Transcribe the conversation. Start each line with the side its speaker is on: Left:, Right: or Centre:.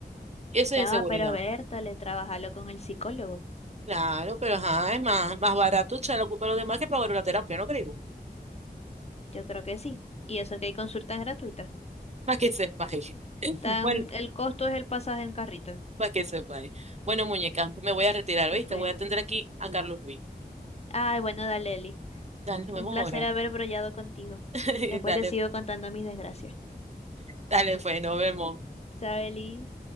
Right: Eso
Left: Chama,
Right: es inseguridad.
Left: pero Berta, le trabajalo con el psicólogo.
Right: Claro, pero ajá, es más, más barato echar la culpa a los demás que pagar una terapia, ¿no creo?
Left: Yo creo que sí. Y eso que hay consultas gratuitas.
Right: Más que sepa <laughs>
Left: Tan,
Right: Bueno,
Left: el costo es el pasaje en carrito.
Right: más que sepa Bueno, muñeca, me voy a retirar,
Left: ¿Qué
Right: ¿viste?
Left: fue?
Right: Voy a atender aquí a Carlos B.
Left: Ay, bueno, dale, Eli.
Right: Dale, nos
Left: Un
Right: vemos
Left: placer
Right: ahora.
Left: haber brollado contigo.
Right: <laughs>
Left: Después
Right: Dale,
Left: te sigo contando mis desgracias.
Right: dale, pues, nos vemos.
Left: ¿Sabes, Eli?